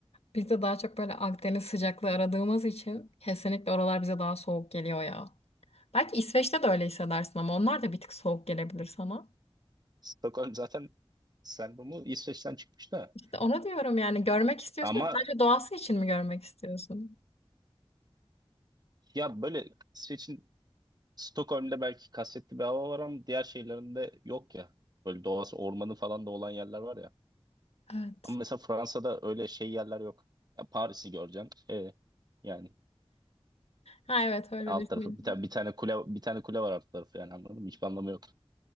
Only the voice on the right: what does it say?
Stockholm zaten sendromu İsveç'ten çıkmış da.
Ama
ya böyle İsveç'in Stockholm'de belki kasvetli bir hava var ama diğer şehirlerinde yok ya. Böyle doğası ormanı falan da olan yerler var ya.
Ama mesela Fransa'da öyle şey yerler yok. Ya Paris'i göreceksin. E, yani
alt
tarafı bir tane bir tane kule bir tane kule var alt tarafı yani anladın mı? Hiçbir anlamı yok.